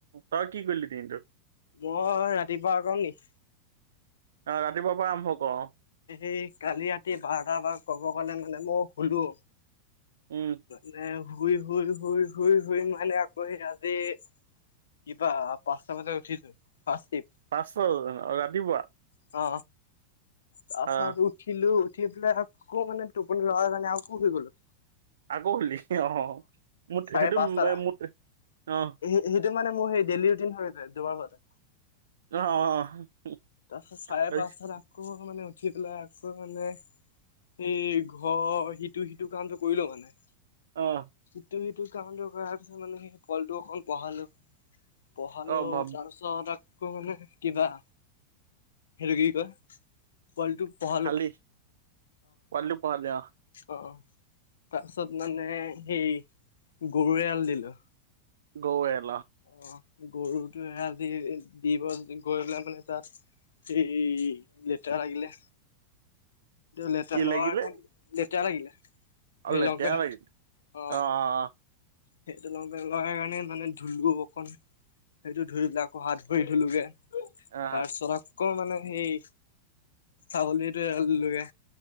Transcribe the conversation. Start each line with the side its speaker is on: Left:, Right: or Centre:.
Right: তই কি কৰিলি দিনটোত?
Left: মই ৰাতিপুৱা কম নি?
Right: অ ৰাতিপুৱাৰ পৰা আৰম্ভ কৰ।
Left: এই কালি ৰাতি বাৰটা বাৰ কব গ'লে মানে মই শুলো।
Right: উম
Left: মানে শুই শুই শুই শুই শুই মানে আকৌ এ আজি কিবা পাঁচটা বজাত উঠিছো ফাৰ্ষ্ট টিপ
Right: পাঁচটা ৰাতিপুৱা
Left: অ তাৰপাছত
Right: আহ
Left: উঠিলো উঠি পেলাই আকৌ টোপনি লগাৰ কাৰণে আৰু আকৌ শুই গ'লো।
Right: আকৌ শুলি অ', মোট
Left: চাৰে
Right: সেইটো
Left: পাঁচটাত
Right: মোট অ'।
Left: সেইটো মানে মোৰ সেই ডেইলি ৰুটিন হৈ যায় দুৱাবাৰে
Right: অ', অ'।
Left: তাৰপিছত চাৰে
Right: তাৰপিছত
Left: পাঁচটাত আকৌ মানে উঠি পেলাই আকৌ মানে এই ঘৰ সিটো সিটো কামটো কৰি লও মানে।
Right: অঁ'।
Left: ইটো সিটো কামটো কৰাৰ পিছত মানে সেই পোৱালিটোক অকখন পঢ়ালো। পঢ়ালো
Right: অ ভাব
Left: তাৰপাছত আকৌ মানে কিবা হেৰি কি কয় পোৱালিটো পঢ়া
Right: খালি, পোৱলিটোক পঢ়ালি অ'।
Left: অ' তাৰপিছত মানে সেই গৰু এৰাল দিলো।
Right: গৰু এৰাল
Left: অ' গৰুটো এৰাল দি দি গৈ গৈ পেলাই মানে তাত এই, লেটেৰা লাগিলে। লেতেৰা
Right: কি
Left: লগোৱাৰ
Right: লাগিলে
Left: কাৰণ লেতেৰা লাগিলে সেই
Right: অ লেতেৰা
Left: লংপেনত
Right: লাগিল
Left: অ'।
Right: অ' অ'।
Left: সেইটো লংপেণ্টত লগা কাৰণে মানে ধুলো অকণ সেইটো ধুই পেলাই আকৌ হাত ভৰি ধুলোগে। তাৰপিছত
Right: অ
Left: আকৌ মানে সেই ছাগলীটো এৰাল দিলোগে।